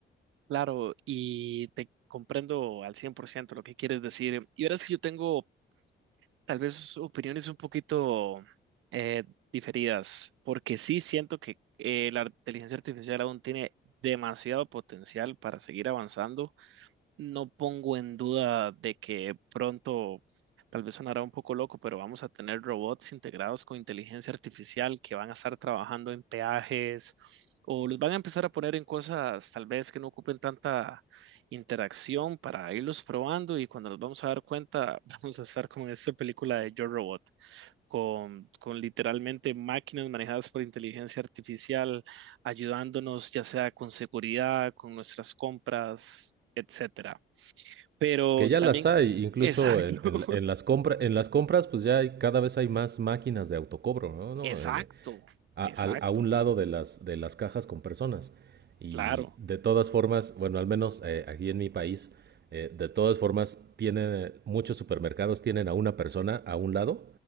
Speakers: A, on the right (about 85°); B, on the right (about 55°).
A: Claro, y te comprendo al 100% lo que quieres decir. Y verás que yo tengo tal vez opiniones un poquito eh, diferidas, porque sí siento que eh, la inteligencia artificial aún tiene demasiado potencial para seguir avanzando. No pongo en duda de que pronto, tal vez sonará un poco loco, pero vamos a tener robots integrados con inteligencia artificial que van a estar trabajando en peajes o los van a empezar a poner en cosas tal vez que no ocupen tanta interacción para irlos probando y cuando nos vamos a dar cuenta <laughs> vamos a estar como en esta película de Yo Robot, con, con literalmente máquinas manejadas por inteligencia artificial ayudándonos ya sea con seguridad, con nuestras compras, etcétera. Pero
B: Que ya
A: también,
B: las hay, incluso
A: exacto,
B: en,
A: <laughs>
B: en- en las compras, en las compras, pues ya hay, cada vez hay más máquinas de autocobro, ¿no? ¿No?
A: exacto,
B: En, a,
A: exacto,
B: a, a un lado de las, de las cajas con personas. Y
A: claro,
B: de todas formas, bueno, al menos eh, aquí en mi país, eh, de todas formas, tienen muchos supermercados tienen a una persona a un lado